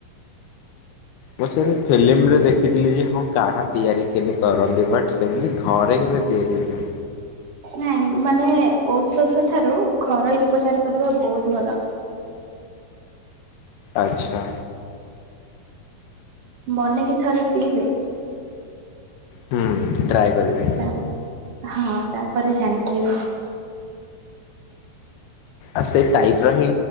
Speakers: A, on the left; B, on the right.
A: ମୁଁ ସେମତି ଫିଲ୍ମରେ ଦେଖିଥିଲି ଯେ ହଁ କାଢା ତିଆରି କେମତି କରନ୍ତି ବଟ୍ ସେମିତି ଘରେ ପ୍ରତି ଏରିରେ
B: ନାଇଁ ମାନେ ଔଷଧ ଠାରୁ ଘରୋଇ ଉପଚାର କରିବା ବହୁତ ଭଲ।
A: ଆଚ୍ଛା।
B: ମାନେକି ଥରେ ପିଇବେ।
A: ହୁଁ ଟ୍ରାଏ କରିବି।
B: ତାପ୍ ହଁ ତାପରେ ଜାଣିପାରିବେ।
A: ଆଉ ସେଇ ଟାଇପ ର ହି